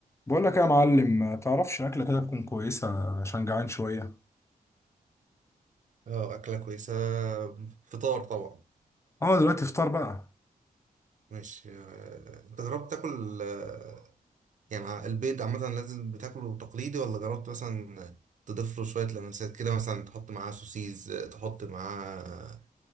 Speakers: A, on the left (about 20°); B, on the right (about 55°).
A: بقول لك يا معلم ما تعرفش اكله كده تكون كويسه عشان جعان شويه
B: اه أكلة كويسة فطار طبعا
A: اه دلوقتي فطار بقى
B: ماشي آه، أنت جربت تاكل آه، يعني ع- البيض عامة لازم بتاكله تقليدي ولا جربت مثلا تضيف له شوية لمسات كده مثلا تحط معاه سوسيز آه، تحط معاه